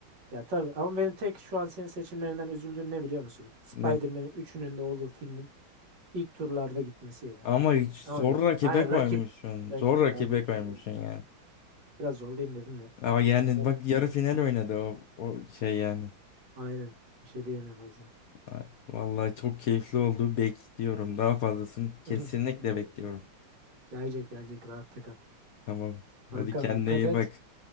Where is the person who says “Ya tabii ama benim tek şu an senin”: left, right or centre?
Right